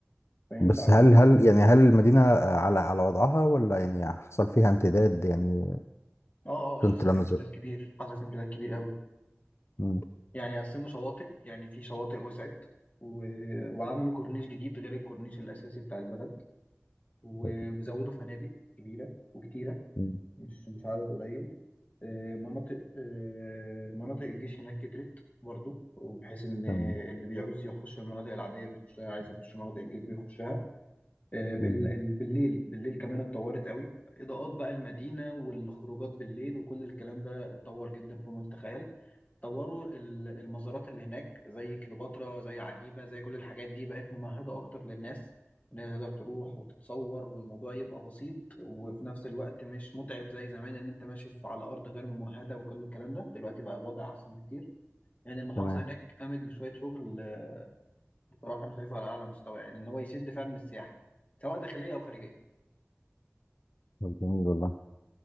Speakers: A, on the left; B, on the left.
A: فينفع
B: بس
A: نخطط
B: هل هل يعني هل المدينة على على وضعها ولا يعني حصل فيها امتداد يعني
A: اه اه حصل
B: كنت لمزر
A: فيها امتداد كبير حصل فيها امتداد كبير قوي
B: مم.
A: يعني قسموا شواطئ يعني في شواطئ وسعت و... وعملوا كورنيش جديد غير الكورنيش الأساسي بتاع البلد و...
B: طيب.
A: وزودوا فنادق كبيرة وكتيرة
B: مم.
A: مش مش عدد قليل آه، مناطق آه، مناطق الجيش هناك كترت برضو وبحيث ان
B: تمام
A: اللي بيعوز يخش المناطق العاديه بيخشها عايز يخش مناطق الجيش بيخشها آه، بال-
B: مم.
A: ال- بالليل بالليل كمان اتطورت قوي اضاءات بقى المدينه والخروجات بالليل وكل الكلام ده اتطور جدا فوق ما تتخيل طوروا ال- المزارات اللي هناك زي كليوباترا زي عجيبة زي كل الحاجات دي بقت ممهدة أكتر للناس إن هي تقدر تروح وتتصور والموضوع يبقى بسيط وفي نفس الوقت مش متعب زي زمان إن أنت ماشي في- على أرض غير ممهدة وكل الكلام ده دلوقتي بقى الوضع أحسن بكتير يعني المحافظة
B: تمام
A: هناك قامت بشوية شغل آه، بصراحة أنا شايفها على أعلى مستوى يعني إن هو يشد فعلا السياحة سواء داخلية أو خارجية
B: طب جميل والله